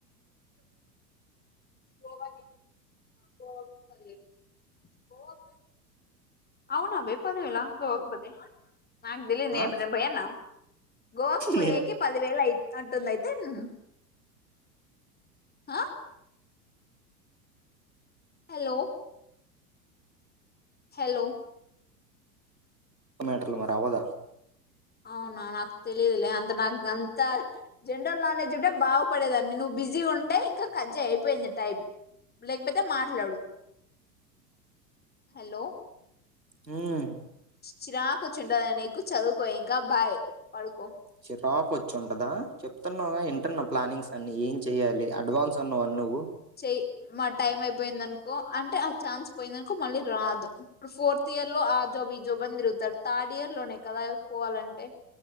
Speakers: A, on the left; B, on the right.
A: <inaudible> అవునా బే పదివేల గోవాకి పోతే నాక్ తెలీదు నేను
B: ఆ
A: ఎప్పుడన్న పోయాన గోవాక్ పోయేకి
B: నేను
A: పదివేలయి అంటుంది అయితే ఉహు ఆ హెలో హెలొ
B: మాట్ర్లు మరి అవ్వదా
A: అవునా నాకు తెలీదులే అంత నాకు అంత జనరల్ నాలెడ్జ్ ఉంటే బాగుపడేదాన్ని నువ్వు బిజీ ఉంటే ఇంక కట్చే అయిపోయింది టైం లేకపోతే మాట్లాడు హలో
B: హుమ్
A: చిరాకువచ్చింటాంది నీకు చదువుకో ఇంక బాయ్ పడుకో
B: చిరాక్ వచ్చుంటదా చెప్తున్నావ్ గా ఇంటన్నా ప్లానింగ్స్ అన్ని ఏం చెయాలి అడ్వాన్స్ అన్నావు నువ్వు
A: చెయి మా టైం అపోయిందనుకో అంటే ఆ ఛాన్స్ పోయిందనుకో పోయింది అనుకో అంటే ఆ ఛాన్స్ మళ్ళీ రాదు ఇప్పుడు ఫోర్త్ ఇయర్ లో ఆ జాబ్ ఈ జాబ్ అని తిరుగుతారు థర్డ్ ఇయర్లోనే కదా పోవాలంటే